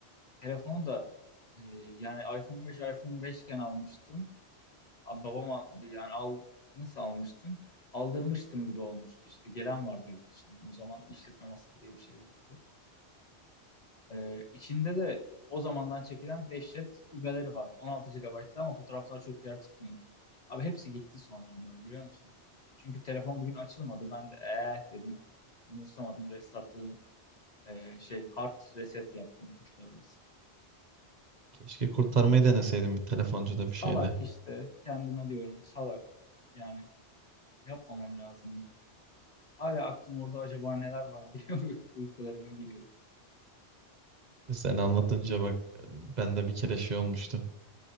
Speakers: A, on the left; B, on the right.
A: Telefonu da e, yani iPhone 5 iPhone 5 iken almıştım. Abi Babam al- yani al nasıl almıştım? Aldırmıştım gibi olmuştu işte. Gelen vardı yurt dışından. O zaman işletme masrafı diye bir şey yoktu. E, içinde de o zamandan çekilen dehşet bir galeri vardı. 16 GB'tı ama fotoğraflar çok yer tutmuyordu. Abi hepsi gitti sonra onların biliyor musun? Çünkü telefon bugün açılmadı. Ben de eh dedim. Umursamadım, restartladım. E, şey hard reset yaptım tuşlara basıp.
B: keşke kurtarmayı deneseydim bir telefoncuda
A: Salak
B: bir şeyde.
A: işte kendime diyorum salak. Yani yapmamam lazımdı. Hala aklım orada acaba neler var diye <laughs> uy- uykularıma giriyor.
B: Sen anlatınca bak ben de bir kere şey olmuştu.